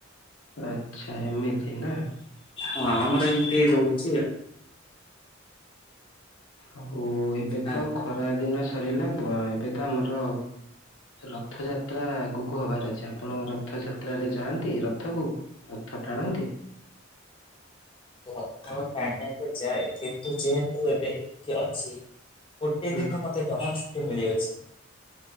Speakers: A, on the left; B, on the left.
A: ଆଛା ଏମିତି ନା।
B: ହଁ ଆମର ଏମିତି ରହୁଛି।
A: ଆଉ ଏବେ
B: ଆ
A: ତ ଖରା ଦିନ ସ ସରିଲା ଏବେ ତ ଆମର ରଥଯାତ୍ରା ଆଗକୁ ହବାର ଅଛି ଆପଣ ରଥ ରଥଯାତ୍ରାରେ ଯାଆନ୍ତି ରଥକୁ ରଥ ଟାଣନ୍ତି।
B: ରଥ ଟାଣିବାକୁ ଯାଏ କିନ୍ତୁ ଯେହେତୁ ଏବେ ଏଇଠି ଅଛି। ଗୋଟେ
A: ହୁଁ
B: ଦିନ ମତେ ଜମା ଛୁଟି ମିଳିଅଛି।